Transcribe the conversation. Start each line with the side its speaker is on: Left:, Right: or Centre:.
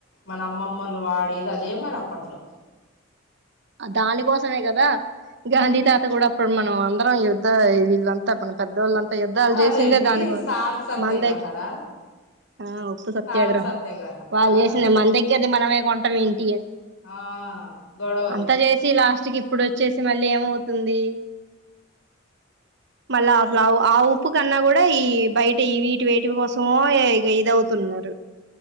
Left: మన అమ్మమ్మలు వాడు ఇది అదే మరి అప్పట్లో
Right: ఆ దానికోసమే కదా గాంధీ తాత కూడా అప్పుడు మనం అందరం తా వాళ్ళంతా మన పెద్దోళ్ళంతా యుద్ధాలు చేసిందే
Left: అదేంటి
Right: దానికోసం
Left: సాల్ట్ సత్యాగ్రహనా
Right: మన దగ్గర ఆ ఉప్పు సత్యాగ్రహం
Left: సాల్ట్ సత్యాగ్రహ
Right: వాళ్ళు చేసింది మన దగ్గరది మనమే కొంట మీంది
Left: ఆ గొడవలు
Right: అంతా చేసి లాస్ట్ కి ఇప్పుడు వచ్చేసి మళ్ళీ ఏమోవుతుందీ మళ్ళ అసలు ఆ ఆ ఉప్పు కన్నా కూడా ఈ బయట వీటి వేటి కోసమో ఏ ఇదవుతున్నారు